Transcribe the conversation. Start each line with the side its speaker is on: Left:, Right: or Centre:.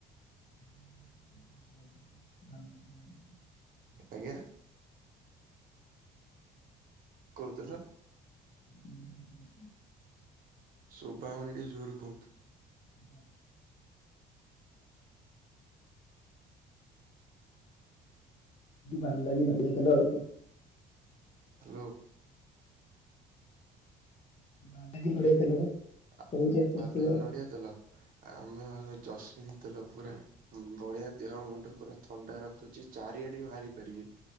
Left: <unintelligible>
Right: ଆଜ୍ଞା କୋଉ ତେଲ?
Left: ହୁଁ ହୁଁ ହୁଁ।
Right: ଶୁଭା ହଉନି ଟିକେ ଜୋର କୁହନ୍ତୁ?
Left: ହୁଁ। ବାଲାଜୀ ନଡିଆ ତେଲ ଆଉକଣ।
Right: ହାଲୋ।
Left: ବାଲାଜୀ ନଡ଼ିଆ ତେଲ ବା।
Right: ଆ
Left: କହୁଛି ଏଥର
Right: ବାଲାଜୀ
Left: ସବୁ ଆଉ।
Right: ନଡିଆ ତେଲ। ଆମେ ଯସ୍ମିନ ତେଲ ପୁରା ବଢିଆ ଦେହ ମୁଣ୍ଡ ପୁରା ଥଣ୍ଡା ରଖୁଛି ଚାରିଆଡେ ବି ମାରିପାରିବେ